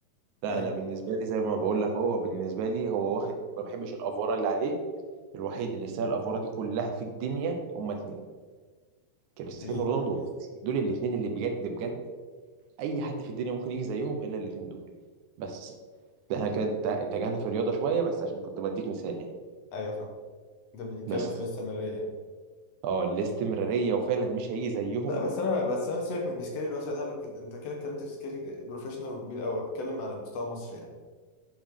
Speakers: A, on the right; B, on the left.
A: لا
B: فاهم
A: انا بالنسبه لي زي ما بقول لك هو بالنسبه لي هو واخد ما بحبش الافوره اللي عليه الوحيد اللي يستاهل الافوره دي كلها في الدنيا هما اتنين كريستيانو
B: مين
A: رونالدو وميسي دول الاتنين اللي بجد بجد اي حد في الدنيا ممكن يجي زيهم الا الاتنين دول بس ده احنا كده ات- اتجهنا في الرياضه شويه بس عشان كنت بديك مثال يعني
B: ايوه فاهم انت بتتكلم
A: بس
B: في الاستمرارية يعني
A: اه الاستمراريه وفعلا مش هيجي زيهم
B: لا بس انا بس انا سيبك من السكيل الواسع ده لو- انت كده اتكلمت في سكيل بروفيشنال وكبير قوي بتكلم على مستوى مصر يعني